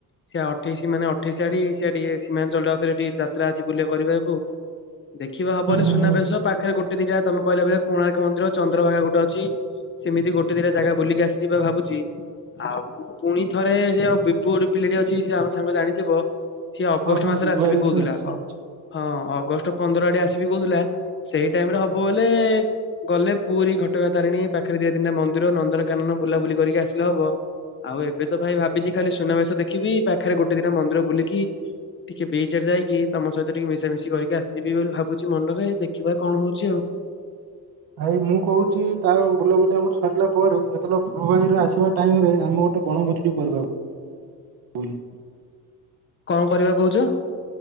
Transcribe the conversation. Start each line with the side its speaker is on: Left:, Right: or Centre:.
Left: ସିଏ ଅଠେଇଶି ମାନେ ଅଠେଇଶି ଆଡି ସିଏ ଟିକେ ସୀମାଞ୍ଚଳରେ ଟିକେ ଯାତ୍ରା ଅଛି ବୁଲିବା କରିବାକୁ। ଦେଖିବା ହବ
Right: ହୁଁ
Left: ହେଲେ
Right: ହୁଁ
Left: ସୁନାବେେଶ
Right: ହୁଁ
Left: ପାଖରେ ଗୋଟେ ଦିଟା ତମେ କହିଲାେ କୋଣାର୍କ ଚନ୍ଦ୍ରଭାଗା ଗୋଟେ ଅ ସେମିତି ଗୋଟେ ଦିଇଟା ଜାଗା ବୁଲିକି ଆସିଯବା ଭାବୁଛି। ଆଉ ପୁଣି ଥରେ ଯେ ବିିବୁ ପିଲାଟି ଅଛି ସେ ଆମ ସାଙ୍ଗ ଜାଣିଥିବ ସିଏ ଅଗଷ୍ଟ
Right: ହଁ ହଁ
Left: ମାସରେ
Right: ବିବାହିତ
Left: ଆସିବି କହୁଥିଲା।
Right: ନିଶ୍ଚୟ ଅଛି।
Left: ହଁ ଅଗଷ୍ଟ ପନ୍ଦର ଆଡେ ଆସିବି କହୁଥିଲା। ସେଇ ଟାଇମରେ ହବ ବଲେ ଗଲେ ପୁରୀ ଘଟଗାଁ ତାରିଣୀ ପାଖରେ ଦିଇ ତିନିଟା ମନ୍ଦିର ନନ୍ଦନକାନନ ବୁଲାବୁଲି କରିକି ଆସିଲେ ହବ। ଆଉ ଏବେ ତ ଭାଇ ଭାବିଛି ଖାଲି ସୁନାବେଶ ଦେଖିବି ପାଖରେ ଗୋଟେ ଦିଟା ମନ୍ଦିର ବୁଲିକି ଟିକେ ବିଚ ଆଡ଼େ ଯାଇକି ତମ ସହିତ ଟିକ ମିଶାମିଶି କରିକି ଆସିବି ବୋଲି ଭାବୁଛି ମନରେ ଦେଖିବା କଣ ହଉଛି ଆଉ।
Right: ଭାଇ ମୁଁ କହୁଛି ତା ବୁଲାବୁଲି ଆମର ସରିଲା ପରେ ଯେତେବେଳେ ଫୁଲବାଣି ରୁ ଆସିବା ଟାଇମ ରେ ଆମେ ଗୋଟେ ବଣ। <unintelligible>
Left: <inaudible>
Right: <unintelligible>
Left: କଣ କରିବା କହୁଛ?